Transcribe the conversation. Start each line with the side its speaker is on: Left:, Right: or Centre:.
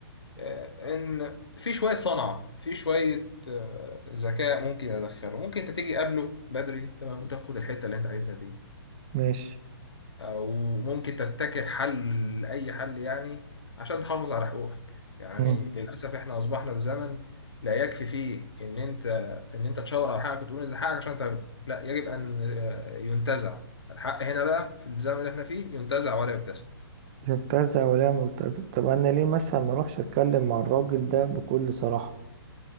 Left: آه، إن في شوية صنعة في شوية آه، ذكاء ممكن أدخله ممكن أنت تيجي قبله بدري تمام وتاخد الحتة اللي أنت عايزها دي
Right: ماشي
Left: وممكن تبتكر حل لأي حل يعني عشان تحافظ على حقوقك يعني
Right: مم.
Left: للأسف احنا أصبحنا في زمن لا يكفي فيه إن أنت إن أنت تشاور على حقك وتقول إن ده حقك عشان تاخده لا يجب أن آه، ينتزع الحق هنا بقى في الزمن اللي احنا فيه ينتزع ولا يكتسب
Right: مبتزه ولا مبتزه طب انا ليه مثلا ما اروحش اتكلم مع الراجل ده بكل صراحه